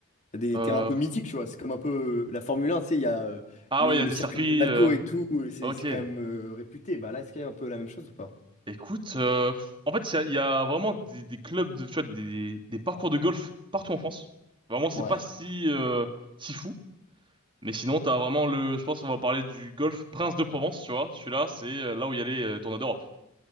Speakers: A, on the left (about 35°); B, on the right (about 25°).
A: t'as des
B: Euh,
A: terrains un peu mythiques, tu vois, c'est comme un peu euh, la Formule 1, tu sais, il y a euh,
B: ah
A: le,
B: ouais, il y a
A: le
B: des
A: circuit
B: circuits,
A: de Monaco
B: euh,
A: et tout, euh, c'est
B: ok.
A: c'est quand même euh, réputé. Bah là, est-ce qu'il y a un peu la même chose ou pas?
B: Écoute, euh, en fait, il y a, il y a vraiment des, des clubs de, tu vois, des, des, des parcours de golf partout en France. Vraiment, c'est
A: Ouais.
B: pas si, euh, si fou. Mais sinon, t'as vraiment le, je pense qu'on va parler du golf Prince de Provence, tu vois. Celui-là, c'est euh, là où il y a les euh, tournois d'Europe.